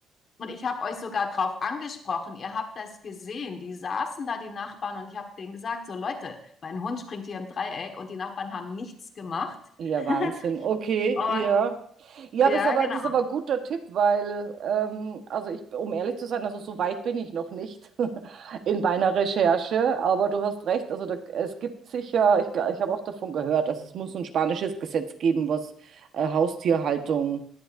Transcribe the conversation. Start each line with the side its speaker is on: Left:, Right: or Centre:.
Left: Und ich habe euch sogar drauf angesprochen, ihr habt das gesehen. Die saßen da, die Nachbarn, und ich habe denen gesagt, so Leute, mein Hund springt hier im Dreieck und die Nachbarn haben nichts gemacht.
Right: Ja,
Left: <laughs>
Right: Wahnsinn. Okay,
Left: Und
Right: ja. Ja,
Left: ja,
Right: das ist aber,
Left: genau.
Right: das ist aber ein guter Tipp, weil, ähm, also ich, um ehrlich zu sein, also so weit bin ich noch nicht <laughs> in meiner Recherche, aber du hast recht, also da, es gibt sicher, ich, gl- ich habe auch davon gehört, also es muss ein spanisches Gesetz geben, was äh, Haustierhaltung